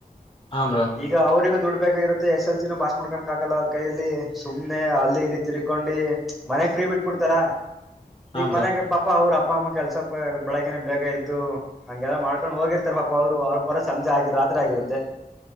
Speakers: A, on the left; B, in the centre.
A: ಹಾ ಬ್ರೋ
B: ಈ ಈಗ ಅವ್ರಗೂ ದುಡ್ ಬೇಕಾಗಿರುತ್ತೆ ಎಸ್ ಎಲ್ಸ ನ ಪಾಸ್ ಮಾಡ್ಕೊಂಡಕಕ್ಕಲ್ಲ ಅವ್ರ ಕೈಲಿ ಸುಮ್ನೆ ಅಲ್ಲಿ ಇ ತಿರ್ಕೊಂಡಿ ಮನೆಗ್ ಫ್ರೀ ಬಿಟ್ಬಿಡ್ತಾರ
A: ಹಾ
B: ಈಗ
A: ಬ್ರೋ
B: ಮನೆಾಗ ಪಾ ಅಪ್ಪ ಅವ್ರ ಅಪ್ಪ ಅಮ್ಮ ಕೆಲ್ಸ ಬೆಳಕನೆ ಬೇಗ ಎದ್ದು ಹಂಗೆಲ್ಲ ಮಾಡ್ಕೊಂಡ್ ಹೋಗಿರ್ತಾರ ಪಾಪಾ ಅವ್ರು ಅವ್ರು ಬರೋ ಸಂಜೆ ಆಗಿ ರಾತ್ರಿ ಆಗಿರುತ್ತೆ